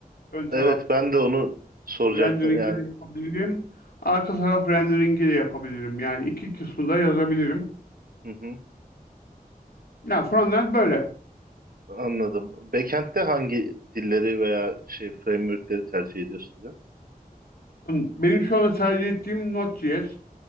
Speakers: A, on the left (about 80°); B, on the right (about 70°).
A: ön taraf
B: Evet ben de onu soracaktım
A: Rendering'i
B: yani.
A: de yapabilirim. Arka taraf rendering'i de yapabilirim. Yani iki kısmı da yazabilirim.
B: Hı hı,
A: Ya frontend böyle.
B: anladım. Backend'de hangi dilleri veya şey framework'leri tercih ediyorsun diyor.
A: Benim şu an tercih ettiğim Node.js.